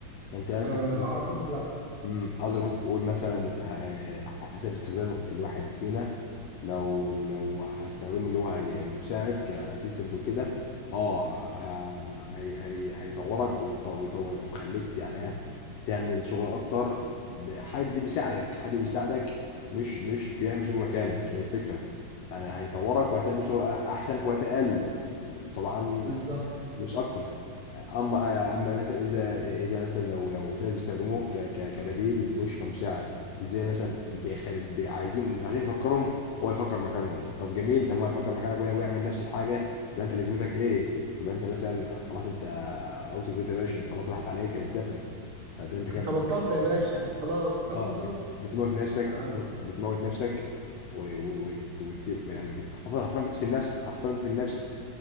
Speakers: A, on the left; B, on the right.
A: انت مثلا
B: فاعتقد لا
A: مم، قصدك مثلا تقول مثلا آه، على حسب استخدام الواحد فينا لو لو هستخدمه اللي هو هي- مساعد كاسيستنت وكده اه ه- هي هي هيطورك وتط- ويط- ويخليك يعني إيه، تعمل شغل اكتر ب- حد بيساعدك حد بيساعدك مش مش بيعمل شغل مكانك هي الفكره انا هيطورك وهتعمل شغل أح- احسن في وقت اقل وطبعا
B: بالظبط
A: مش اكتر اما اما مثلا اذا اذا مثلا لو لو في ناس بيستخدموه ك ك كبديل مش كمساعد ازاي مثلا بيخل... بي- عايزين مش عايزين يفكرهم هو يفكر مكانهم طب جميل ده هو يفكر مكانك وي- ويعمل نفس الحاجه تبقى انت لازمتك ايه تبقى انت مثلا خلاص انت اوت اوف ديت يا باشا انت خلاص راحت عليك هتتدفن فده انت كده
B: انت بطلت يا باشا خلاص اه
A: اه
B: بالظبط
A: بت- بتموت نفسك
B: آه،
A: بتموت نفسك و... و... وت... وت... يعني بت... حرفيا بتدفن نفسك حرفيا بتدفن نفسك